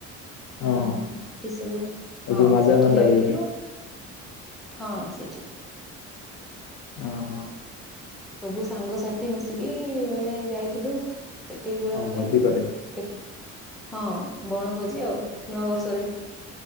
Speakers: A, on the left; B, in the centre.
A: ହଁ
B: ହୁଁ
A: ହଁ
B: ସେସବୁ
A: ଏ
B: ହଁ
A: ଯୋଉ ମାଜା
B: ସେଠି
A: ଦଣ୍ଡା
B: ଯାଇଥିଲୁ
A: ଦେଇକି
B: ହଁ ସେଠି
A: ହଁ ହଁ।
B: ସବୁ ସାଙ୍ଗସାଥି ମିଶିକି ମାନେ ଯାଇଥିଲୁ। ସେଠି ପୁରା
A: ଆଉ
B: ମାନେ
A: ଭୋଜି
B: କେ
A: କରି
B: ହଁ ବଣଭୋଜି ଆଉ ନୂଆ ବର୍ଷରେ